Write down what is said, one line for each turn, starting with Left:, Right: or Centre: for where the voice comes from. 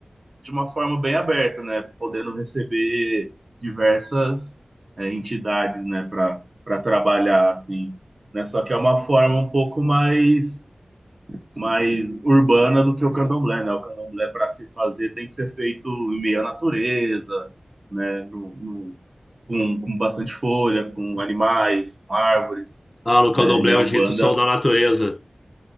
Right: de uma forma bem aberta, né, podendo receber diversas, é, entidades, né, para para trabalhar assim, né? Só que é uma forma um pouco mais mais urbana do que o candomblé, né? O candomblé para se fazer tem que ser feito em meio à natureza, né? No, no- com, com bastante folha, com animais, com árvores,
Left: Ah, no Candomblé
Right: né? E a
Left: os
Right: Umbanda
Left: ritos são da natureza.